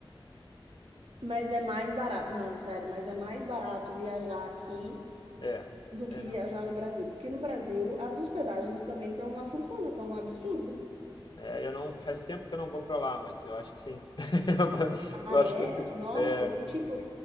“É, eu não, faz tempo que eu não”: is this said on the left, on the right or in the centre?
Left